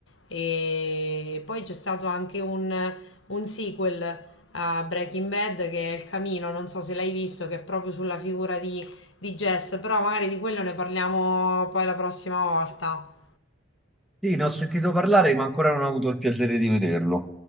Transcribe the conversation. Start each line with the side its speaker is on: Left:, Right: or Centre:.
Left: e poi c'è stato anche un, un sequel a Breaking Bad che è Il Camino, non so se l'hai visto, che è proprio sulla figura di, di Jess, però magari di quello ne parliamo poi la prossima volta.
Centre: Sì, ne ho sentito parlare, ma ancora non ho avuto il piacere di vederlo.